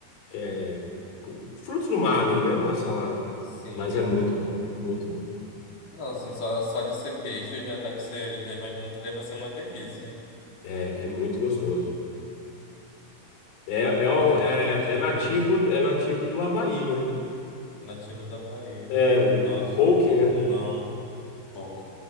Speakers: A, on the left; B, on the left.
A: que é cu- frutos do mar ali, né? Uma salada.
B: sim.
A: Mas é muito bom, muito bom.
B: Não, assim, só, só de ser peixe já deve ser, já imagino que deve ser uma delícia.
A: É, é muito gostoso. É, é, o-
B: Gosto
A: é,
B: bastante
A: é
B: de
A: nativo,
B: peixe
A: é nativo do Havaí, né?
B: nativo da Bahia.
A: É, o,
B: Nossa,
A: o poke,
B: n-
A: né?
B: não, pouco.